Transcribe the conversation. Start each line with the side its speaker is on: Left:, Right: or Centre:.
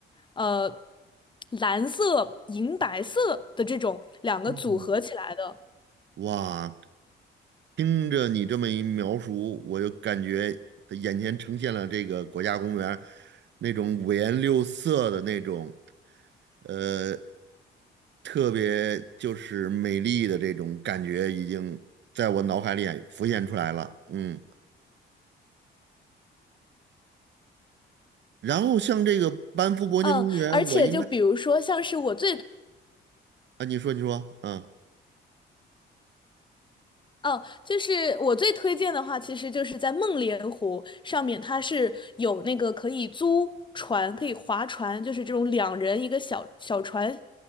Left: 呃，蓝色、银白色的这种两个组合起来的。
Right: 嗯，哇，听着你这么一描述，我就感觉眼前呈现了这个国家公园儿那种五颜六色的那种，呃，特别就是美丽的这种感觉，已经在我脑海里浮现出来了。嗯，然后像这个班夫国家公园，
Left: 嗯，而且就比如说，
Right: 我应该
Left: 像是我最
Right: 啊，你说，你说，嗯
Left: 哦，就是我最推荐的话，其实就是在梦莲湖上面，它是有那个可以租船，可以划船，就是这种两人一个小小船，